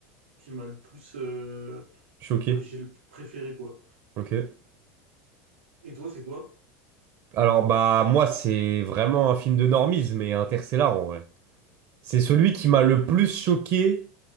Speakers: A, on the right (about 80°); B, on the right (about 50°).
A: qui m'a le plus, euh,
B: Choqué.
A: enfin, que j'ai le préféré, quoi.
B: Ok.
A: Et toi, c'est quoi?
B: Alors, bah moi, c'est vraiment un film de normies, mais Interstellar en vrai. C'est celui qui m'a le plus choqué